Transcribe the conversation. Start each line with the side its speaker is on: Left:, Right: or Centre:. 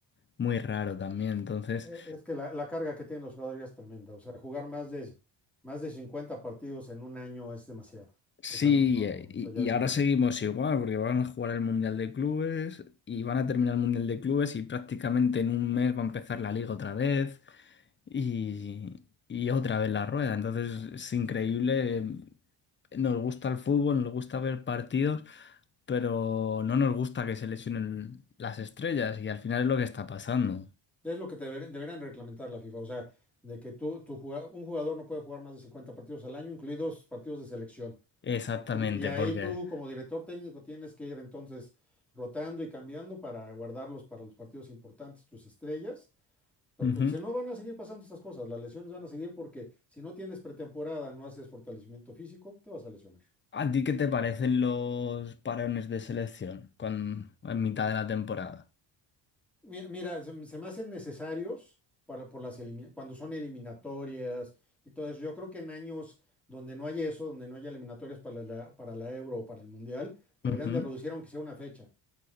Left: muy raro también, entonces...
Centre: Eh, Es que la, la carga que tienen los jugadores ya es tremenda. O sea, jugar más de, más de 50 partidos en un año es demasiado.
Left: Sí,
Centre: O sea, no, no,
Left: eh,
Centre: no,
Left: y,
Centre: eso ya es
Left: y ahora
Centre: demasiado.
Left: seguimos igual, porque van a jugar el Mundial de Clubes y van a terminar el Mundial de Clubes y prácticamente en un mes va a empezar la liga otra vez y, y otra vez la rueda. Entonces es increíble. eh, Nos gusta el fútbol, nos gusta ver partidos, pero no nos gusta que se lesionen las estrellas y al final es lo que está pasando.
Centre: Es lo que te deber- deberían reglamentar la FIFA, o sea, de que tú, tu juga- un jugador no puede jugar más de 50 partidos al año, incluidos partidos de selección.
Left: Exactamente,
Centre: Y, y ahí
Left: porque...
Centre: tú, como director técnico, tienes que ir entonces rotando y cambiando para guardarlos para los partidos importantes, tus estrellas, porque
Left: Ujú.
Centre: si no van a seguir pasando estas cosas, las lesiones van a seguir porque si no tienes pretemporada, no haces fortalecimiento físico, te vas a lesionar.
Left: ¿A ti qué te parecen los parones de selección cuan- en mitad de la temporada?
Centre: Mi- Mira, se, me se me hacen necesarios para, por las elimina- cuando son eliminatorias y todo eso. Yo creo que en años donde no haya eso, donde no haya eliminatorias para la, para la Euro o para el Mundial, deberían
Left: Ujú,
Centre: de reducir aunque sea una fecha.